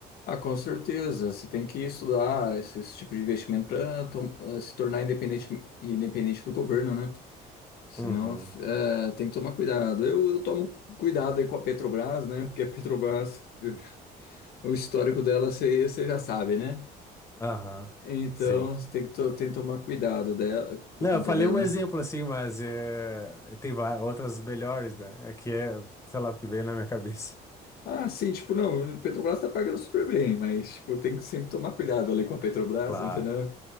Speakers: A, on the left (about 70°); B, on the left (about 15°).
A: Ah, com certeza. Você tem que estudar esse, esse tipo de investimento para se tornar independente, independente do governo, né? Senão,
B: Uhum.
A: é, tem que tomar cuidado. Eu, eu tomo cuidado aí com a Petrobras, né? Porque a Petrobras, <laughs> o histórico dela, você você já sabe, né?
B: Aham.
A: Então,
B: Sim.
A: tem que, to- tem que tomar cuidado dela, por
B: Não,
A: conta
B: eu falei
A: dela.
B: um exemplo
A: né?
B: assim, mas eh, tem va- outras melhores, né? É que é, sei lá, porque veio na minha cabeça.
A: Ah, sim, tipo, não, a Petrobras tá pagando super bem, mas, tipo, tem que sempre tomar cuidado ali com a Petrobras,
B: Claro,
A: entendeu?